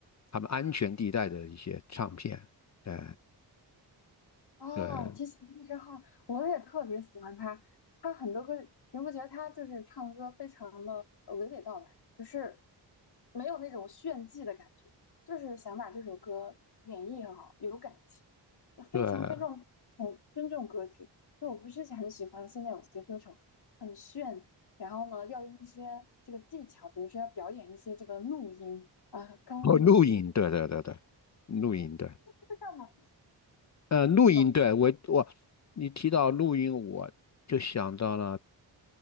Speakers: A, on the left; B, on the left.
A: 他们安全地带的一些唱片，对
B: 哦，
A: 对
B: 提起那之后，我也特别喜欢他。他很多歌，你不觉得他就是唱歌非常的呃娓娓道来，就是没有那种炫技的感觉，就是想把这首歌演绎很好，有感情，非常非常从尊重歌曲。
A: 对，哦，
B: 就我不是很喜欢现在有些歌手很炫，然后呢要用一些这个技巧，比如说要表演一些这个怒音啊、高音，
A: 录音，对对对对，录音对，
B: 这干嘛
A: 呃，录音对我我你提到录音，
B: 是吧？
A: 我就想到了